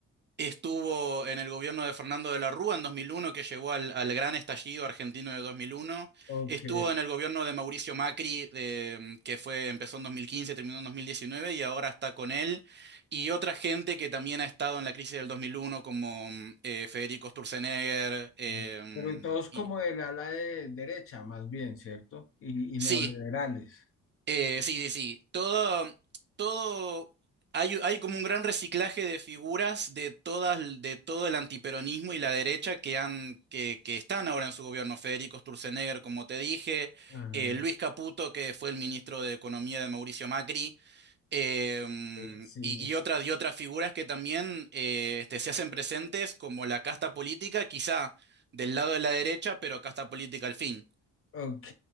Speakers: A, on the right; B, on the left.
A: Estuvo en el gobierno de Fernando de la Rúa en 2001, que llegó al, al gran estallido argentino de 2001.
B: Ok.
A: Estuvo en el gobierno de Mauricio Macri, de- mm, que fue, empezó en 2015, terminó en 2019 y ahora está con él. Y otra gente que también ha estado en la crisis del 2001, como mm, eh, Federico Sturzenegger. eh,
B: Mm.
A: mm,
B: Pero y todos como
A: y,
B: del ala de derecha, más bien, ¿cierto? Y,
A: sí,
B: y neoliberales.
A: Eh, sí, sí, sí. Todo, todo, hay, hay como un gran reciclaje de figuras de todas, de todo el antiperonismo y la derecha que han, que, que están ahora en su gobierno. Federico Sturzenegger, como te dije,
B: Ajá.
A: eh, Luis Caputo, que fue el ministro de Economía de Mauricio Macri, em,
B: Eh, sí.
A: y, y otras, y otras figuras que también eh, este, se hacen presentes como la casta política, quizá del lado de la derecha, pero casta política al fin.
B: Ok,